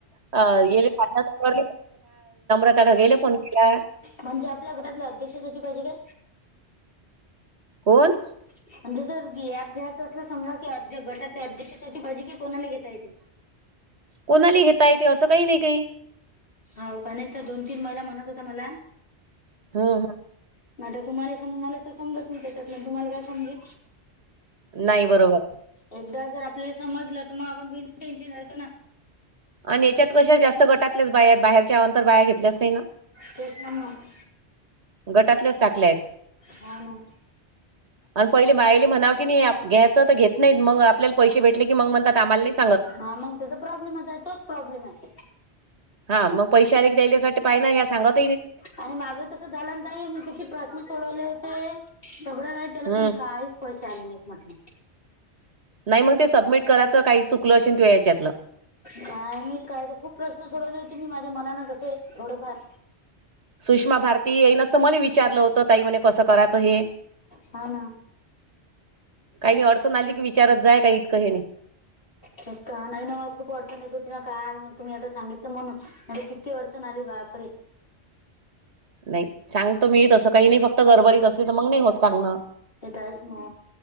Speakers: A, on the right; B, on the left.
A: <unintelligible> नम्रता ले त्या ढगेले फोन केला
B: म्हंजे आपल्या घरातल्या अध्यक्षाच्याची पायजे काय?
A: कोण?
B: म्हणजे ज ज गॅप घ्यायचं असलं समजा की अध्य गटातल्या अध्यक्षाची पायजे की कोणाले घेता येते? <inaudible>
A: कोणाले ही घेता येते असं काई नई काई
B: हाव का नाई त दोन तीन महिला म्हणत होत्या मला
A: <unintelligible>
B: आठे त मले मलेच सम मलेच तर समजत नई त्यातले तर तुमाले काय समजीन
A: नाई बरोबर आहे
B: एकदा जर आपल्याले समजलं त म आपण बीन टेन्शन राहतो ना
A: आणि याच्यात कशा जास्त गटातल्याच बाया आहेत बाहेरच्या अवान्तर बाया घेतल्याच नई ना
B: तेच ना मग
A: गटातल्याच टाकल्यायत
B: हा ना
A: अण पयले बायले म्हणाव की नी घ्यायचं त घेत नईत मंग आपल्याल पैसे भेटले की मंग म्हणतात आमाल नई स-
B: हा मंग ते त प्रॉब्लेमच आहे तोच प्रॉब्लेम हाय
A: हा मंग पैसे आलेकी त्यायलेसाठी पायन ह्या सांगत-
B: आणि माग तसच झालं न ताई मी किती प्रश्न सोडवले होते सगळं ना- त्याला
A: हं.
B: पण काईच पैशे आले नाईत म्हटलं.
A: नाई म ते सबमिट करायंच काई चुकलं अशीन तुया याच्यातलं
B: काय मी काय त खूप प्रश्न सोडवले होते मी माझ्या मनानं जसे थोडेफार
A: सुषमा भारती याईनच तं मले विचारलं होतं ताई मणे कसं कराचं हे?
B: हा ना
A: काही अडचन आलीकी विचारत जाय काई इतकं हेनी
B: जास्त आ नाई ना मला खूप अडचण येत हो ति ना काल मग तुम्ही आता सांगितलं म्हणून मले किती अडचण आली बापरे
A: नाई सांगतो मी तसं काई नी फक्त गरबडीत असली त मंग नई होत सांगण
B: त्यावेळेस म